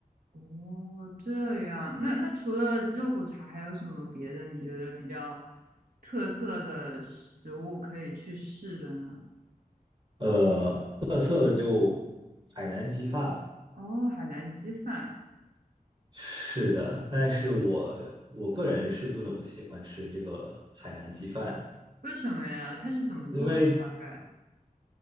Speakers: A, on the right; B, on the right.
A: 哦，这样，那那除了肉骨茶，还有什么别的你觉得比较特色的食物可以去试的呢？
B: 呃特色的就海南鸡饭。
A: 哦，海南鸡饭，
B: 是的，但是我我个人是不怎么喜欢吃这个海南鸡饭，
A: 为什么呀？它是怎么做的？
B: 因为
A: 大概？